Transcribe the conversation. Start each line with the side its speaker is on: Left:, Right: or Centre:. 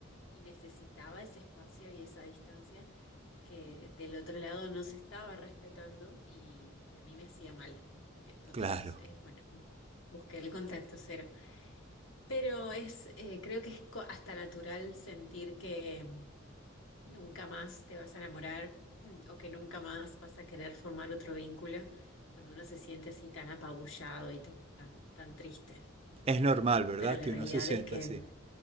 Left: y necesitaba ese espacio y esa distancia que del otro lado no se estaba respetando y, y a mí me hacía mal. Entonces,
Right: claro.
Left: eh, bueno, busqué el contacto cero. Pero es, eh, creo que es co- hasta natural sentir que mm, nunca más te vas a enamorar <clears throat> o que nunca más vas a querer formar otro vínculo cuando uno se siente así tan apabullado y tan, tan triste.
Right: Es normal, ¿verdad?
Left: Pero la
Right: Que
Left: realidad
Right: uno se sienta
Left: es que
Right: así.
Left: mm,